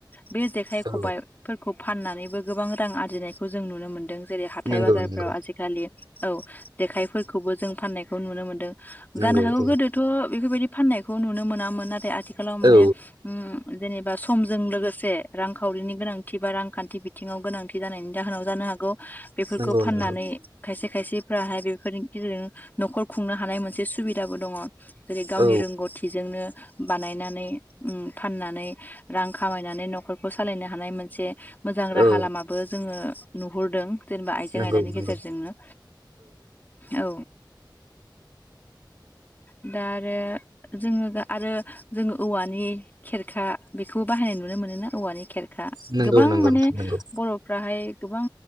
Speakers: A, on the left (about 25°); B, on the right (about 65°).
A: बे जेखाइ खबाइफोरखौ
B: औ
A: फाननानैबो गोबां रां आरजिनायखौ जों नुनो मोन्दों जेरै हाथाय
B: नंगौ
A: बाजारफोराव
B: नंगौ
A: आजिखालि औ जेखायफोरखौबो जों फाननायखौ नुनो मोन्दों जानो
B: नंगौ
A: हागौ गोदोथ बेफोरबायदि फाननायखौ नुनो मोनामोन नाथाय आथिखालाव माने
B: औ
A: उ जेनेबा समजों लोगोसे रांखावरिनि गोनांथि बा रांखान्थि बिथिङाव गोनांथि जानायनि जाहोनाव जानो हागौ बेफोरखौ
B: नंगौ
A: फाननानै
B: नंगौ
A: खायसे खायसेफ्राहाय बेफोरनि गेजेरजों नखर खुंनो हानाय मोनसे सुबिदाबो दङ जेरै गावनि
B: औ
A: रोंगौथिजोंनो बानायनानै उ फाननानै रां खामायनानै नखरखौ सालायनो हानाय मोनसे मोजां राहा
B: औ
A: लामाबो जोङो नुहुरदों जेनेबा आइजें
B: नंगौ
A: आयलानि
B: नंगौ
A: गेजेरजोंनो औ <inaudible> दा आरो जोङो दा आरो जोङो औवानि खेरखा बेखौ बाहायनाय नुनो मोनो ना औवानि खेरखा
B: नंगौ
A: गोबां
B: नंगौ
A: माने
B: नोंथां नंगौ
A: बर फ्राहाय गोबां